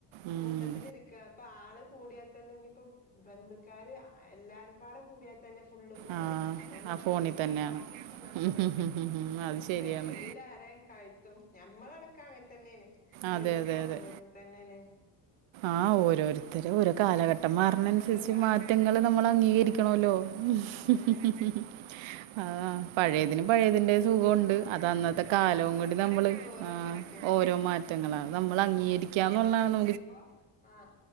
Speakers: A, on the right; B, on the left.
A: ഉം.
B: കൂട്ടത്തിലിരിക്ക പ്പാള് കൂടിയാ തന്നെന്നിപ്പോ ബന്ധുക്കാര് എല്ലാരുംപാട കൂടിയാതന്നെ ഫുള്ള് ഫോണി
A: ആ
B: ല്ല അതൊണ്ട്
A: ആ
B: സ്നേഹംല്ല
A: ഫോണിൽ തന്നെയാണ്
B: ഒക്കെ നഷ്ടപ്പെട്ടു,
A: ഉം. അത് ശരിയാണ്
B: ല്ലെ എല്ലാരേം കയ് ത്തും ഞമ്മളടക്ക അങ്ങൻ തന്നേണ് ഫുള്ള്
A: അതെ അതെ
B: ഫോണ്
A: അതെ
B: <unintelligible> തന്നേണ്
A: ആ ഓരോരുത്തര് ഓരോ കാലഘട്ടം മാറുന്നനുസരിച്ച്
B: ആഹ് ഓരോ കാലഘട്ടത്തിന്
A: മാറ്റങ്ങള് നമ്മളഅംഗീകരിക്കണല്ലോ <unintelligible>
B: ആഹ് അതന്നെ <unintelligible>
A: ആഹ് പഴയതിന് പഴയതിന്റെ സുഗൊണ്ട്
B: ആഹ്
A: അതന്നത്തെ
B: അതന്നെ
A: കാലവും
B: ഓരോ
A: കൂടി
B: കാലത്തും
A: നമ്മള്
B: ഓരോ മാറ്റങ്ങള്
A: ഓരോ മാ റ്റങ്ങളാണ് നമ്മളഅംഗീകരികാന്നുള്ളാണ്
B: മ്പോ ആഹ്